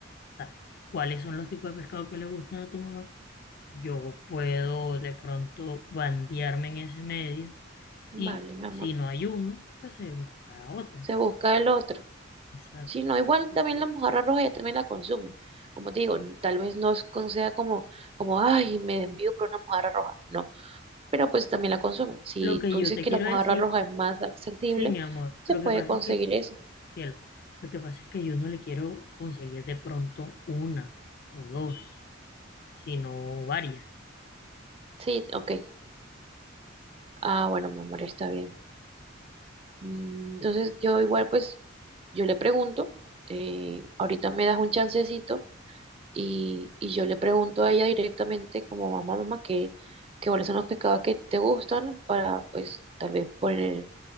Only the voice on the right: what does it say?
vale,
mi amor.
Se busca el otro.
Si no, igual también la mojarra roja ella también la consume. Como te digo, n- tal vez no es con- sea como, como, ay, me envío por una mojarra roja. No, pero pues también la consume. Si
tú
dices
que
la mojarra
roja es más accesible,
se
puede
conseguir
eso.
Sí, ok. Ah, bueno, mi amor, está bien. Mm, Entonces yo igual pues yo le pregunto, eh, ahorita me das un chancecito y, y yo le pregunto a ella directamente como mamá, mamá, que, que cuáles son los pescados que te gustan para pues tal vez poner,